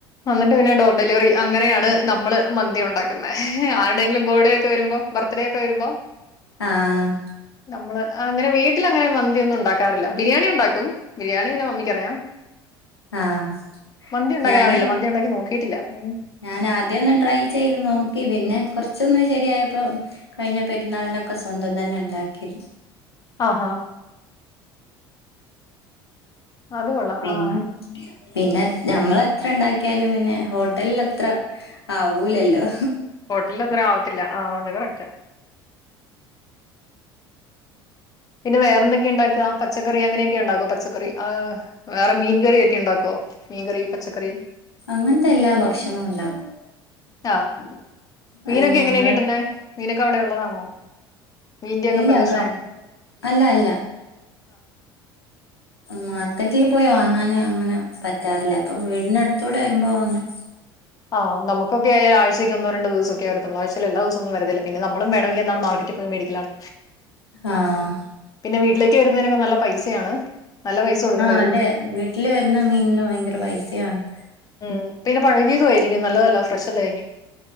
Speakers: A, on the left; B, on the left.
A: എന്നിട്ട് പിന്നെ ഡോ ഡെലിവറി അങ്ങനെയാണ് നമ്മള് മന്തി ഉണ്ടാക്കുന്നേ ആര്ടെങ്കിലും ബേഡേ ഒക്കെ വരുമ്പ ബർത്ത്ഡേ ഒക്കെ വരുമ്പോ
B: ആഹ്.
A: നമ്മള് അങ്ങനെ വീട്ടിലങ്ങനെ മ ന്ത്യന്നും ഉണ്ടാക്കാറില്ല ബിരിയാണി ഉണ്ടാക്കും ബിരിയാണി പിന്നെ മമ്മിക്കറിയാം.
B: ആഹ്
A: മന്തി ഉണ്ടാക്കാൻ
B: ഞാന്
A: അറില്ല മന്തി ഉണ്ടാക്കി നോക്കിട്ടില്ല ഉം.
B: ഞാൻ ആദ്യ ഒന്ന് ട്രൈ ചെയ്ത് നോക്കി പിന്നെ കൊർച്ചൊന്ന് ശരി ആയപ്പോ കയ്ഞ്ഞ പെര്ന്നാൾനൊക്കെ സ്വന്തം തന്നെ ഇണ്ടാക്കിയിര്
A: ആഹാ. അത് കൊള്ളാം.
B: പിന്നെ
A: ആഹ്
B: പിന്നെ നമ്മളെത്ര ഇണ്ടാക്ക്യാലും പിന്നെ ഹോട്ടലത്ര ആ ഊലല്ലോ.
A: ഹോട്ടലത്ര ആവത്തില്ല ആഹ് അത് കറക്റ്റ. പിന്നെ വേറെന്തൊക്കെ ഇണ്ടാക്ക പച്ചക്കറി അങ്ങനെയൊക്കെ ഇണ്ടാക്കോ പച്ചക്കറി? വേറെ മീൻകറി ഒക്കെ ഇണ്ടാക്കോ? മീൻകറി പച്ചക്കറി?
B: അങ്ങൻത്തെ എല്ലാ ഭക്ഷണും ഇണ്ടാക്കും.
A: ആഹ്. മീനൊക്കെ
B: അഹ് ഞങ്ങള്
A: എങ്ങനെ കിട്ട്ന്നെ മീനൊക്കെ അവ്ടെ ഉള്ളതാണോ? മീന്റെക്കെ
B: എല്ലാ
A: പ്രദേശാആണോ?
B: ക അല്ല അല്ല മാ ക്കറ്റീ പോയി വാങ്ങാന് അങ്ങനെ പറ്റാറില്ല അപ്പൊ വീടിനടുത്തൂടെ വരുമ്പോ വാങ്ങും.
A: ആഹ് നമുക്കൊക്കെ ആഴ്ചക്കൊന്നോ രണ്ടോ ദിവസൊക്കെ വരത്തുള്ളൂ ആഴ്ച്ചേല് എല്ലാ ദെവസൊന്നു വരത്തില്ല പിന്ന നമ്മളും വേണമെങ്കി എന്താണ് മാർക്കറ്റി പോയി മേടിക്കലാണ്.
B: ആഹ്
A: പിന്നെ വീട്ടിലേക്ക് വരുന്നതിനൊക്കെ നല്ല പൈസയാണ് നല്ല പൈസ കൊടുക്ക
B: ആഹ് അതെ വീട്ടില് വരുന്ന മീന്ന് ഭയങ്കര പൈസയാണ്.
A: ഉം പിന്നെ പഴകിയതു ആയിരിക്കും നല്ലതല്ല ഫ്രഷല്ലായിരിക്കും.